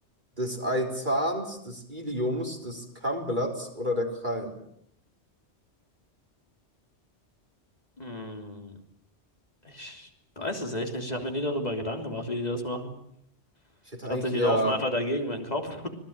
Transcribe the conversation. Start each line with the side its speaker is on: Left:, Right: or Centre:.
Right: des Eizahns, des Iliums, des Kammblatts oder der Krallen.
Left: Hm, ich weiß es echt nicht. Ich habe mir nie darüber Gedanken gemacht, wie die das machen.
Right: Ich hätte
Left: Ich dachte,
Right: eigentlich
Left: die
Right: eher,
Left: laufen einfach dagegen mit dem Kopf.